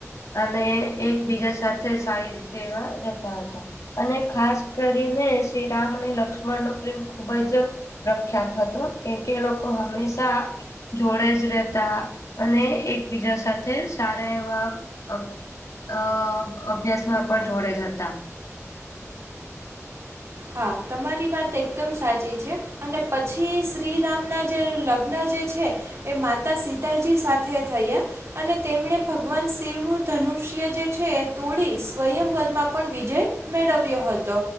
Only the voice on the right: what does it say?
હા તમારી વાત એકદમ સાચી છે અને પછી શ્રીરામના જે લગ્ન જે છે એ માતા સીતાજી સાથે થયા અને તેમણે ભગવાન શિવનું ધનુષ્ય જે છે એ તોડી સ્વયંવરમાં પણ વિજય મેળવ્યો હતો